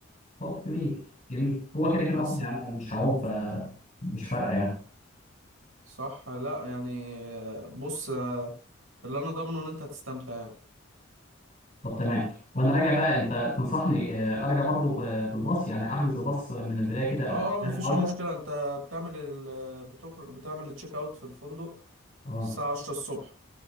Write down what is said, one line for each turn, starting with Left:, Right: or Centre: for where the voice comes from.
Left: طب جميل جميل هو كده
Right: بس
Left: كده اصلا يعني انا مش هعوم فمش فارقه يعني
Right: صح لا يعني بص اللي انا ضامنه ان انت هتستمتع يعني
Left: طب تمام وانا راجع بقى انت تنصحني آه، ارجع برضو ب- بالباص يعني احجز الباص من البدايه كده
Right: اه اه مفيش
Left: عوده
Right: اي مشكلة انت بتعمل ال... بتخرج بتعمل التشيك اوت في الفندق
Left: اه
Right: الساعة 10 الصبح